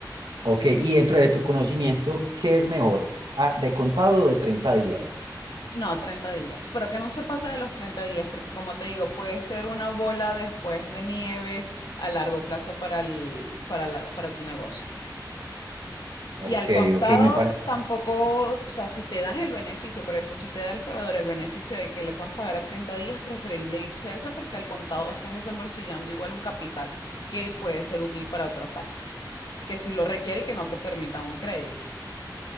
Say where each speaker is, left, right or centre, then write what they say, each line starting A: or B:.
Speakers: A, on the right; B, on the left.
A: ok. Y dentro de tu conocimiento, ¿qué es mejor? Ah, ¿De contado o de treinta días?
B: No, 30 días, pero que no se pase de los 30 días, porque como te digo, puede ser una bola después de nieve a largo plazo para el, para la- para tu negocio.
A: Ok,
B: Y al contado
A: ok, me parece.
B: tampoco, o sea, si te dan el beneficio, pero eso, si te da el proveedor el beneficio de que le puedas pagar a 30 días, preferible irse a esa porque al contado estás desembolsillando igual un capital que puede ser útil para otra parte, que si lo requiere y que no te permitan un crédito.